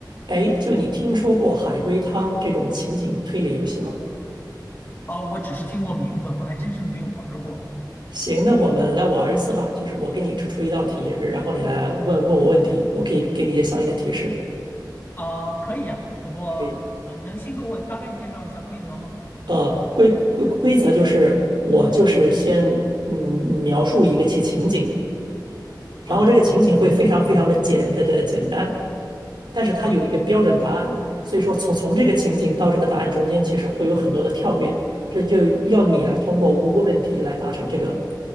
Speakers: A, on the right (about 80°); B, on the left (about 30°).
A: 哎，就你听说过海龟汤这种情景推理游戏吗？
B: 哦，我只是听过名字，我还真是没有玩儿过。
A: 行，那我们来玩一次吧。就是我给你出出一道题，然后你来问问我问题，我可以给你一些相应的提示。
B: 啊、可以呀、不过啊、
A: 可以，
B: 能先给我大概介绍一下规则吗？
A: 呃，规规规则就是我就是先嗯描述一个情情景，
B: 啊，
A: 然后这个情景会非常非常的简的的简单，
B: 行，一个情景。
A: 但是它有一个标准答案，
B: 好的，
A: 所以说从从这个情景到这个答案中间，其实会有很多的跳跃，这就要你来通过问问问题来达成这个，